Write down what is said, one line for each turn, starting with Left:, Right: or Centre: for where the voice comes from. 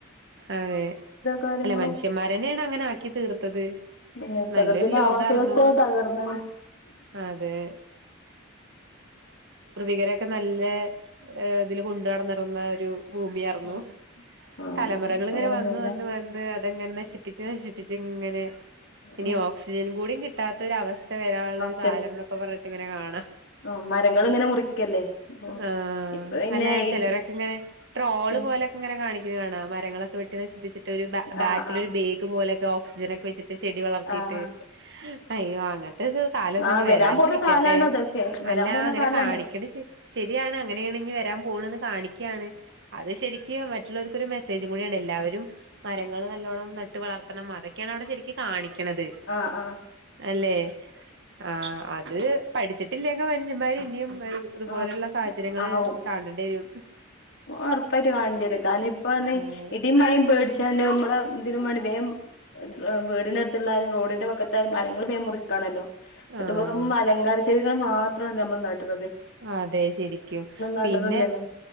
Right: അതെ
Left: കാര്യങ്ങളും
Right: അല്ല മനുഷ്യന്മാരന്നെയാണ് അങ്ങനെ ആക്കി തീർത്തത്.
Left: ഏ പ്രകൃതിടെ
Right: നല്ലൊരു ലോകാർന്നു
Left: ആവാസ വ്യവസ്ഥയാ തകർന്നത്.
Right: അതെ ഒക്കെ നല്ല ഏ ഇതില് കൊണ്ടു നടന്നിരുന്ന ഒരു ഭൂമി ആർന്നു.
Left: ഉം ആഹ്
Right: തലമുറകൾ
Left: ഇപ്പ
Right: ഇങ്ങനെ
Left: അങ്ങനൊന്നുല്ല
Right: വന്ന് വന്ന് വന്ന് അതങ്ങനെ നശിപ്പിച്ച് നശിപ്പിച്ച് ഇങ്ങനെ ഇനി
Left: ഉം
Right: ഓക്സിജൻ കൂടിയും കി കിട്ടാത്തൊരു അവസ്ഥ വരാനുള്ളൊ
Left: അവസ്ഥ
Right: ഒരു കാലം എന്നൊക്കെ പറ ങ്ങനെ കാണാം
Left: ആഹ് മരങ്ങൾ ഇങ്ങനെ മുറിക്കല്ലേ അപ്പൊ
Right: ആ
Left: ഇപ്പൊ പിന്നെ
Right: അല്ല
Left: ഇടി
Right: ചിലരൊക്കെ ഇങ്ങനെ ട്രോൾ
Left: ആഹ്
Right: പോലൊക്കെ ഇങ്ങനെ കാണി കാണാം മരങ്ങളൊക്കെ വെട്ടി നശിപ്പിച്ചിട്ട് ഒരു ബാക്കിൽ
Left: ആഹ് ആഹ്
Right: ഒരു ബെഗ് പോലെ ഓക്സിജനെക്കെ വെച്ചി ചെടി വളർത്തിട്ട്
Left: ആഹ്
Right: അയ്യോ അങ്ങനത്തെ കാലംന്നും
Left: ആഹ്
Right: ഇനി
Left: വരാൻ
Right: വരാണ്ടിരിക്കട്ടെ
Left: പോണ കാലാണ് അതൊക്കെ വരാൻ
Right: അല്ല
Left: പോണ
Right: അങ്ങനെ
Left: കാലാണ്
Right: കാണിക്കണ ശ ശരിയാണ് അങ്ങനെയാണ് ഇനി വരാൻ പോണത് കാണിക്കുകയാണ് അത് ശരിക്കും മറ്റുള്ളവർക്കൊരു മെസ് മെസേജും കൂടിയാണ് എല്ലാവരും മരങ്ങൾ നല്ലോണം നട്ട് വളർത്തണം അതൊക്കെയാണ് അവിടെ ശരിക്ക് കാണിക്കു ക്കണത്
Left: ആഹ് ആഹ്
Right: അല്ലെ ആ അത് പഠിച്ചിട്ടില്ലെങ്ക മനുഷ്യന്മാര് ഇനിയും ഇതുപോലുള്ള
Left: ആ
Right: സാഹചര്യങ്ങള്
Left: ആ ഉ
Right: താണ്ടേണ്ടി വരും
Left: ഉറപ്പായിട്ട് കണ്ടിര ക- പ്പന്ന്
Right: ഉം
Left: ഇടിയും മഴയും പേടി - ചെണ്ടമ്മള <unintelligible> ഇ ദിന മണവേം <unintelligible> വീടിനഅടുത്തുള്ളായാലും റോഡിന്റെ പക്കത്തായാലും മരങ്ങൾ വേ മുറിക്കാണല്ലോ എട്ട്പ്പറം
Right: ആഹ്
Left: അലങ്കാര ചെ <unintelligible> മാത്രമാണ് നമ്മൾ നട്ടുള്ളത്
Right: അതെ ശരിക്കും
Left: നടണില്ലല്ലോ
Right: പിന്നെ